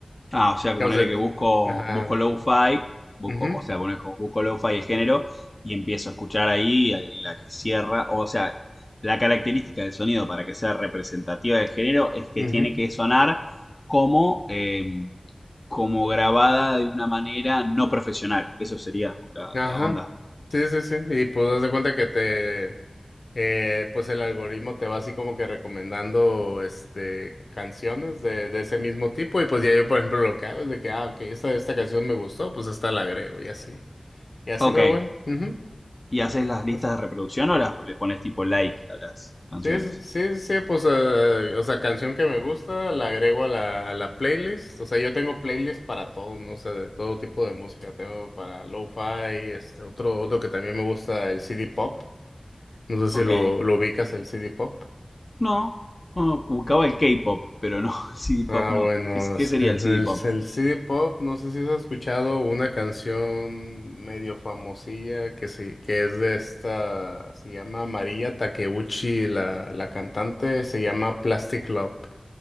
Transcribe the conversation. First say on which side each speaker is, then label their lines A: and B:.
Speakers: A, on the left; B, on the left.
A: Ah, o sea, que
B: O
A: ponele
B: sea,
A: que busco,
B: ajá,
A: busco lo-fi, busco,
B: ujú,
A: o sea, ponele como busco lo-fi el género y empiezo a escuchar ahí a- y la que cierra, o sea, la característica del sonido para que sea representativa del género es que
B: ujú,
A: tiene que sonar como, eh, como grabada de una manera no profesional. Eso sería la,
B: ajá,
A: la onda.
B: sí, sí, sí, y pues das de cuenta que te, eh, pues el algoritmo te va así como que recomendando, este, canciones de, de ese mismo tipo, y pues ya yo, por ejemplo, lo que hago es de que, ah, ok, esta, esta canción me gustó, pues esta la agrego, y así, y así
A: Ok,
B: me voy, ujú,
A: ¿y haces las listas
B: o sea.
A: de reproducción o las, les pones tipo like a las canciones?
B: Sí, sí, sí, sí, sí, pues, eh, o sea, canción que me gusta, la agrego a la, a la playlist. O sea, yo tengo playlist para todo, ¿no? O sea, de todo tipo de música. Tengo para lo-fi, este, otro, otro que también me gusta, el CD pop. No sé
A: Ok.
B: si lo, lo ubicas, el CD pop.
A: No, no, buscaba el K-pop, pero no, <laughs> el CD pop
B: Ah,
A: no.
B: bueno,
A: ¿Qué, es- qué
B: es-
A: sería
B: el,
A: el CD
B: el
A: pop?
B: el CD pop, no sé si has escuchado una canción medio famosilla que sí, que es de esta, se llama María Takeuchi, la, la cantante, se llama Plastic Love.